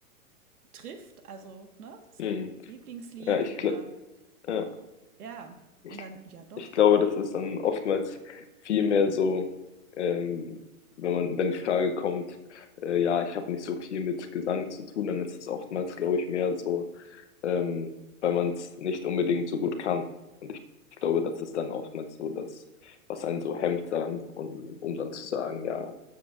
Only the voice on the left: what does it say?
mhm.
Ja, ich
glaube, ja.
Ich
Ich glaube, das ist dann oftmals viel mehr so, ähm, wenn man, wenn die Frage kommt, äh, ja, ich habe nicht so viel mit Gesang zu tun, dann ist es oftmals, glaube ich, mehr so, ähm, weil man es nicht unbedingt so gut kann. Und ich, ich glaube, das ist dann oftmals so das, was einen so hemmt dann, und um dann zu sagen, ja,